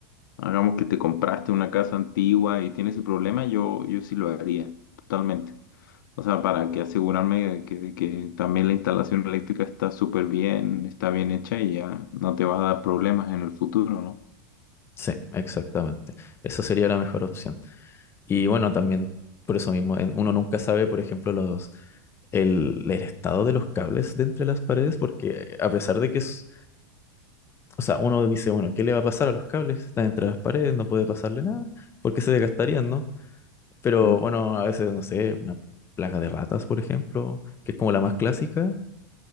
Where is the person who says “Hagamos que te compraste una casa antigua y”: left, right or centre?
Left